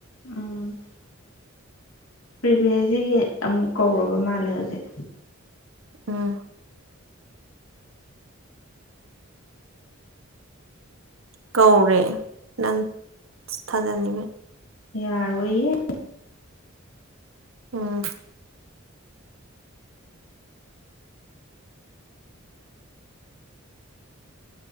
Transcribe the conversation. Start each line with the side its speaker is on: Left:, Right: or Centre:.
Left: ꯑꯝ ꯄ꯭ꯔꯤꯚꯤ ꯍꯁꯁꯤꯒꯤ ꯑꯃꯨꯛ ꯀꯧꯔꯕ ꯃꯥꯜꯂꯦ ꯍꯧꯖꯤꯛ
Right: ꯎꯝ ꯀꯧꯔꯦ ꯅꯪ ꯊꯥꯖꯅꯤꯡꯉꯦ
Left: ꯌꯥꯔ ꯑꯣꯏꯌꯦ
Right: ꯎꯝ